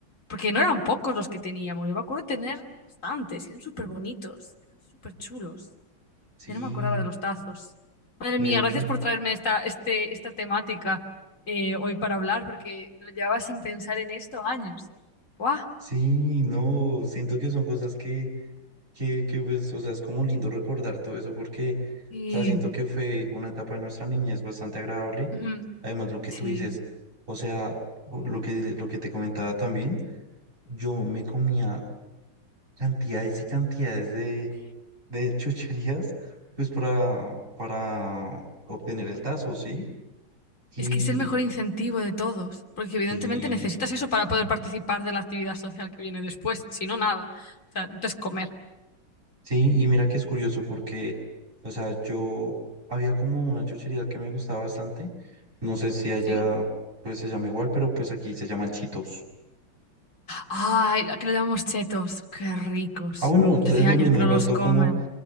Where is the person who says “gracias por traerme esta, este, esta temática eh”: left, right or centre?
Left